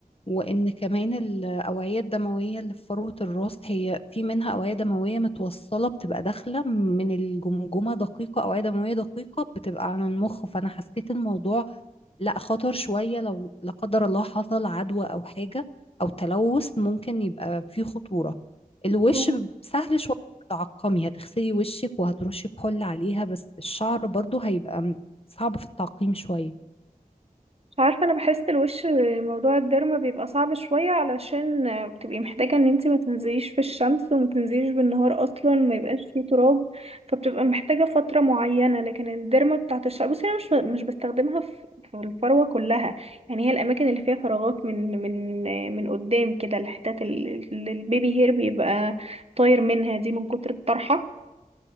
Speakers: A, on the left; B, on the right.
A: وإن كمان الأوعية الدموية اللي في فروة الراس هي في منها أوعية دموية متوصلة بتبقى داخلة من الجمجمة دقيقة أوعية دموية دقيقة بتبقى عن المخ فأنا حسيت الموضوع لا خطر شوية لو لا قدر الله حصل عدوى أو حاجة أو تلوث ممكن يبقى فيه خطورة الوش
B: اه
A: ب- سهل شوية إنك تعقمي هتغسلي وشك وهترشي كحول عليها بس الشعر برضو هيبقى م- صعب في التعقيم شوية
B: مش عارفة انا بحس الوش موضوع الديرما بيبقى صعب شوية علشان بتبقي محتاجة ان انتي ما تنزليش في الشمس وما تنزليش بالنهار اصلا ما يبقاش فيه تراب فبتبقى محتاجة فترة معينة لكن الديرما بتاعت الشعر بصي انا مش مش بستخدمها في في الفروة كلها يعني هي الاماكن اللي فيها فراغات من من من قدام كده الحتات اللي اللي البيبي هير بيبقى طاير منها دي من كتر الطرحة